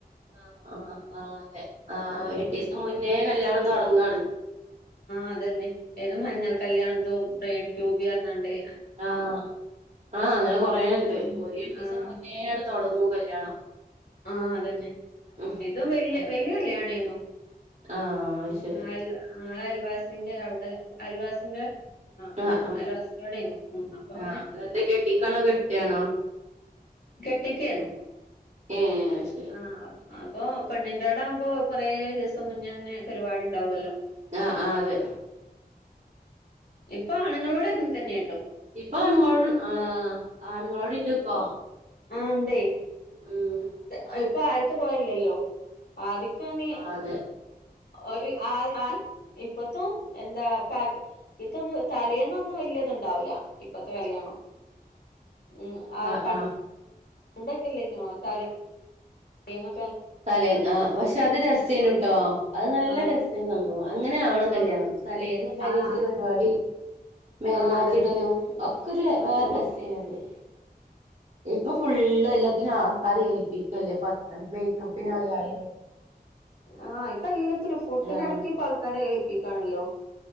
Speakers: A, on the right (about 50°); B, on the left (about 75°).
A: ആ ആ ആ അതെ ആ
B: ഉം
A: എട്ടീസം മുന്നേ കല്യാണം തൊടങ്ങാണ്
B: അതെന്നെ ഏതോ മഞ്ഞൾ കല്യാണത്തോ ബേഡി ക്യൂബിർ ഞാണ്ട്
A: ആഹ് അങ്ങനെ കുറേയുണ്ട്
B: ഉം
A: ഓര് എട്ടിസം
B: ആഹ്
A: മുന്നേ തൊടങ്ങും കല്യാണം
B: ആഹ് അതെന്നെ
A: ഉം
B: ഇതും വല്ല്യ
A: അതെ
B: വല്ല്യ കാല്യാണേന്നു
A: ആഹ് അത് ശരി
B: ആ ല്ല അല്ല ബസിന്റെ അവ്ടെ അയൽവാസിന്റെ ആഹ്
A: അ ഉം
B: അയൽവാസിന്റോടേന്നു ഉം അപ്പൊ അങ്ങനെ
A: ആഹ് കെട്ടിക്കാണോ കെട്ടിയാണോ
B: കെട്ടി കേനു
A: ഏഹ് അത് ശരി
B: അണോ അപ്പോ പെണ്ണിന്റെ അവ്ടെ ആവുമ്പോ കുറെ ദിവസം മുന്നേന്നെ പരിപാടി ഉണ്ടാവല്ലോ
A: ആഹ് ആഹ് അതെ
B: ഇപ്പ ആണുങ്ങളോടു അങ്ങനെതന്നെ
A: ഇപ്പ ആണുങ്ങളൊട് ആ ആണ്ങ്ങളൊണ്ടിപ്പോ
B: ആ ഉണ്ടേ
A: ഉം
B: അഹ് ഇപ്പ ആയത്തെ പോലല്ലല്ലോ ആദിക്കാന്നീ
A: ആഹ് അതെ
B: ഒര് ആഹ് ആ ഇപ്പത്തോ എന്താ പക ഇതൊന്നും തലേന്നൊന്നും വല്യ ദ്ണ്ടാവൂല ഇപ്പത്തെ കല്യാണം. ഉം, ആ
A: ആഹ്
B: പ
A: ആഹ്
B: ണ്ടക്കല്ലേ നോ തലേ എന്നൊ
A: തലേന്ന് ആ പക്ഷേ അത് രസേനു ട്ടോ നല്ല
B: ആഹ്
A: രസേന്നു സംഭവം അങ്ങനെ ആവണം കല്യാണം
B: ആഹ്
A: തലേന്ന് പെരേക്ക്
B: ആഹ്
A: പരിവാടി മൈലാഞ്ചിടലും
B: ആഹ് അതന്നെ
A: ഒ ക്കൊര് വേറെ രസേനു അത്. ഇപ്പ ഫുളള് എല്ലാത്തിനും ആൾക്കാരെ ഏൽപ്പി ക്കല്ലെ പത് മേക്കപ്പിന് ആയാലും
B: ആ ഇപ്പല്ല ഇത്ര ഫുഡിന്
A: ആഹ്
B: അടക്കിപ്പ ആൾക്കാരെ ഏൽപ്പി ക്കാണല്ലോ